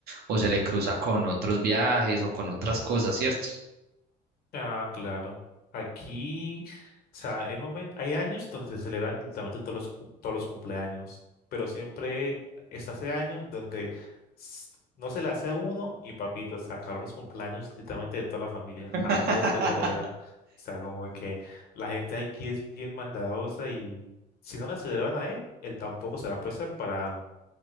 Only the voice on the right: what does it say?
o se le cruza con otros viajes o con otras cosas, ¿cierto?
<laughs>